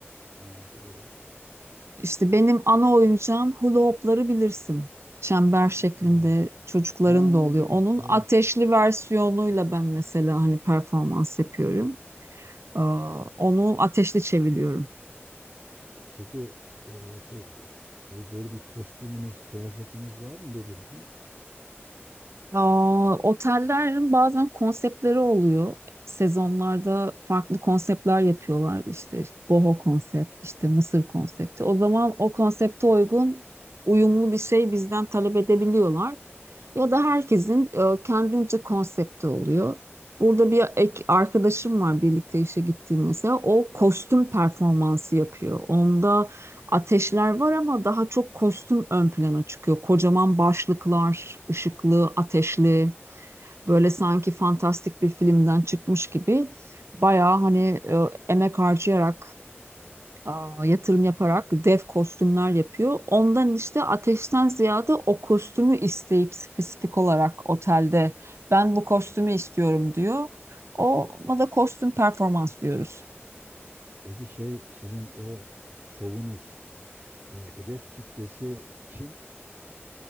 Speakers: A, on the right; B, on the right.
A: Ha, doğru.
B: İşte benim ana oyuncağım hula hopları bilirsin. Çember şeklinde
A: He.
B: çocukların
A: He,
B: da oluyor.
A: evet
B: Onun
A: evet.
B: ateşli versiyonuyla ben mesela hani performans yapıyorum. Ee, onu ateşli çeviriyorum.
A: Peki e, şey bu- böyle bir kostümünüz, kıyafetiniz var mı belirgin?
B: Aa, otellerin bazen konseptleri oluyor. Sezonlarda farklı konseptler yapıyorlar. İşte boho konsept, işte Mısır konsepti. O zaman o konsepte uygun uyumlu bir şey bizden talep edebiliyorlar. Ya da herkesin e, kendince konsepti oluyor. Burada bir ek arkadaşım var birlikte işe gittiğim mesela. O kostüm performansı yapıyor. Onda Ateşler var ama daha çok kostüm ön plana çıkıyor. Kocaman başlıklar, ışıklı, ateşli, böyle sanki fantastik bir filmden çıkmış gibi bayağı hani e, emek harcayarak, a, yatırım yaparak dev kostümler yapıyor. Ondan işte ateşten ziyade o kostümü isteyip spesifik olarak otelde ben bu kostümü istiyorum diyor. Ona da kostüm performans diyoruz.
A: Peki şey sizin o şovunuz e, hedef kitlesi kim?